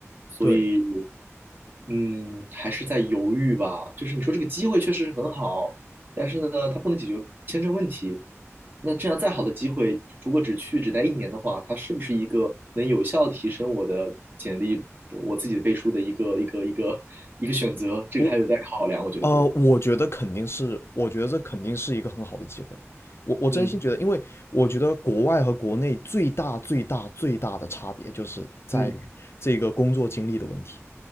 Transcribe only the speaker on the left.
对，
我
呃，我觉得肯定是，我觉得这肯定是一个很好的机会。我我真心觉得，
因为我觉得国外和国内最大最大最大的差别就是在于这个工作经历的问题。